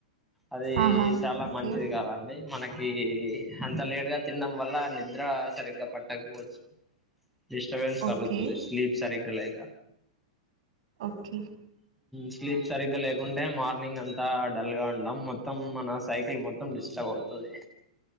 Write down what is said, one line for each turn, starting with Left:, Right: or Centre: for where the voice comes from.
Centre: అది
Right: ఆహా
Centre: చాలా
Right: ఓకే
Centre: మంచిది కాదండి మనకి అంత లేట్ గా తినడం వల్ల నిద్ర సరిగ్గా పట్టకపోవచ్చు డిస్టర్బన్స్ కాలు
Right: ఓకే
Centre: తుంది స్లీప్ సారి లేక
Right: ఓకే
Centre: స్లీప్ సరిగ్గా లేకుంటే మార్నింగ్ అంతా డల్ గా ఉంటం. మొత్తం మన సైకిల్ మొత్తం డిస్టర్బ్ అవుతది.